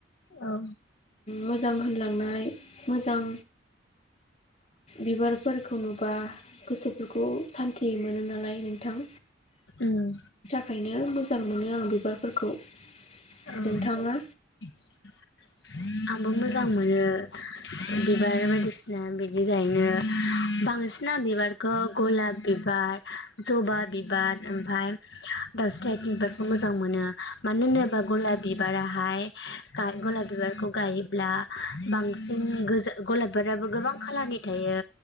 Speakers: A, on the left; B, on the left.
A: औ
B: मोजां होनलांनाय मोजां बिबारफोरखौ नुबा गोसोफोरखौ सान्थि मोनो नालाय नोंथां
A: ओम
B: ओंखायनो मोजां मोनो आं बिबारफोरखौ नोंथाङा
A: औ <unintelligible> आंबो मोजां मोनो बिबार बायदिसिना बिदि गायनो बांसिन बायदिसिना बिबारखौ गलाब बिबार जबा बिबार ओमफ्राय दाउस्रि बिबारखौ मोजां मोनो मानो होनोबा गलाब बिबाराहाय गलाब बिबारखौ गायोब्ला बांसिन गोजा गलाब बिबार आबो गोबां खालारनि थायो